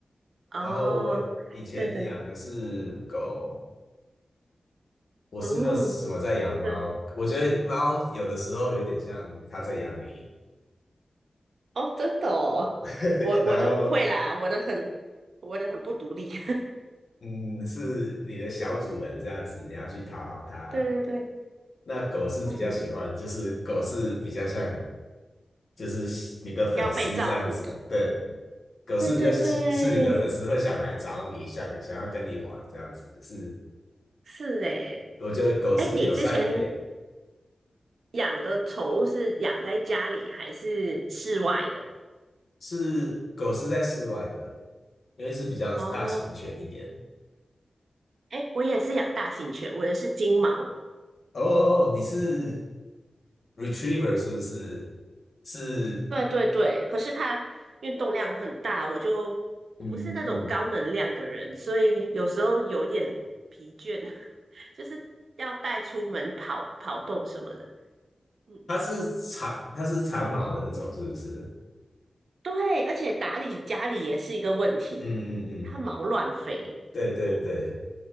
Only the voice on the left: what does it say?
然后我以前养的是狗，
我是没有什么在养猫。
我觉得猫有的时候有点像它在养你，
<laughs>
然后
嗯，是你的小主人这样子，你要去讨好它。
那狗是比较喜欢，
就是狗是比较像，就是你的粉丝这样子对，
狗是比较喜是你的粉丝会想来找你，
想想要跟你玩这样子。是，
我觉得狗是友善一点，
是狗是在室外的，因为是比较大型犬一点。
哦哦哦，你是 retriever 是不是？是，
嗯嗯嗯，
它是长它是长毛的那种是不是？
嗯嗯嗯，
对对对。